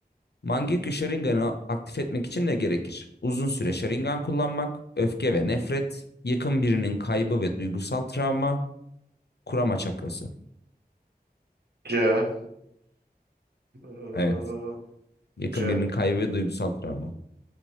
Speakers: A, on the left; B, on the right.
A: Mangekyo Sharingan'ı aktif etmek için ne gerekir? Uzun süre Sharingan kullanmak, öfke ve nefret, yakın birinin kaybı ve duygusal travma, kurama çakrası.
B: C. Ee,
A: Evet, yakın
B: C.
A: birinin kaybı ve duygusal travma.